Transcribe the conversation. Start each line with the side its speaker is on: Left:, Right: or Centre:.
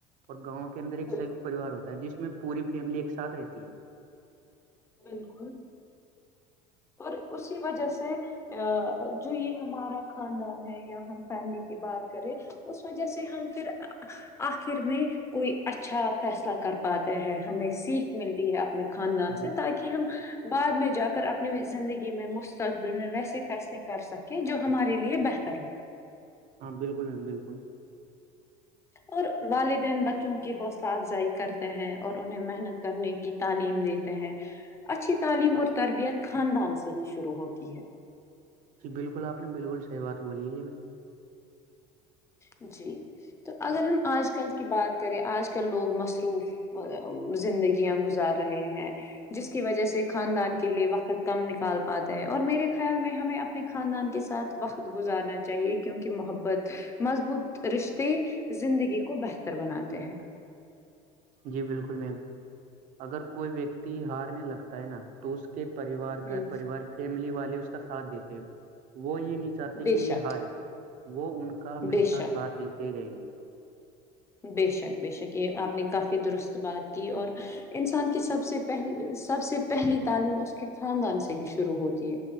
Right: اور گاؤں کے اندر ایک
Left: بالکل
Right: سیکت پریوار ہوتا جس میں پوری فیملی ایک ساتھ رہتی ہے
Left: بالکل اور اسی وجہ سے ا جو یہ ہمارا خاندان ہے یا ہم فیملی کی بات کریں اس وجہ سے ہم پھر آخر میں کوئی اچھا فیصلہ کر پاتے ہے ہمیں سیکھ ملتی ہے اپنے خاندان
Right: بالکل
Left: سے کہ ہم بعد میں جا کر اپنی زندگی میں مستقبل میں ویسے فیصلے کر سکیں جو ہمارے لیے بہتر ہو
Right: ہاں بالکل میم بالکل
Left: اور والدین بچوں کی حوصلہ افزائی کرتے ہیں اور انہیں محنت کرنے کی تعلیم دیتے ہیں اچھی تعلیم اور تربیت خاندان سے ہی شروع ہوتی ہے
Right: جی بالکل آپ نے بالکل صحیح بات بولی ہے یہ میں
Left: جی تو اگر ہم آج کل کی بات کریں آج کل آج کل لوگ مصروف زندگیاں گزار رہے ہیں جس کی وجہ سے خاندان کے لیے وقت کم نکال پاتے ہیں اور میرے خیال میں ہمیں اپنے خاندان کے ساتھ وقت گزارنا چاہیے کیونکہ محبت مضبوط رشتے زندگی کو بہتر بناتے ہیں
Right: جی بالکل میم اگر کوئی ویکتی ہارنے لگتا ہے نا تو اس کے پریوار گھر
Left: ہ
Right: پریوار فیملی والے اس کا ساتھ دیتے ہیں وہ یہ نیچ چاہتے
Left: بے
Right: کہ
Left: شک
Right: یہ ہارے وہ ان کا ہمیشہ
Left: بے شک
Right: ساتھ دیتے رہیں گے
Left: بے شک بے شک یہ آپ نے کافی درست بات کی اور انسان کی سب سے پہل سب سے پہلی تعلیم اس کے خاندان سے ہی شروع ہوتی ہے